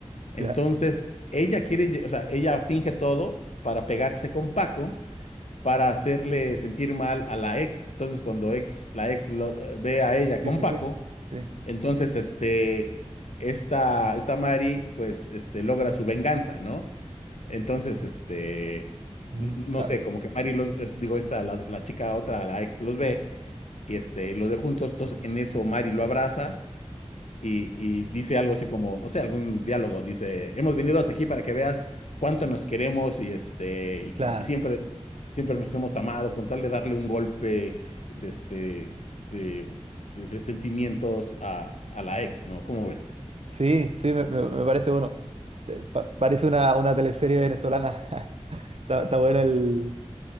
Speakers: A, on the left; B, on the right.
A: Entonces,
B: ya.
A: ella quiere, lle- o sea, ella finge todo para pegarse con Paco, para hacerle sentir mal a la ex. Entonces, cuando ex, la ex lo- ve a ella
B: Sí,
A: con
B: sí,
A: Paco,
B: sí. Sí.
A: entonces, este, esta, esta Mari, pues, este, logra su venganza, ¿no? Entonces, este,
B: Mm,
A: n- no
B: ta-
A: sé, como que Mari los, es- digo, esta, la, la chica otra, la ex los ve y este, los de juntos, entonces en eso Mari lo abraza y, y dice algo así como, no sé, algún diálogo, dice, hemos venido hasta aquí para que veas cuánto nos queremos y, este, y, que-
B: claro.
A: y siempre, siempre nos hemos amado, con tal de darle un golpe de, este, de, de- de sentimientos a, a la ex, ¿no? ¿Cómo ves?
B: Sí, sí, me, me- me parece bueno. Te- pa- parece una, una teleserie venezolana. <laughs> Está, está buena el,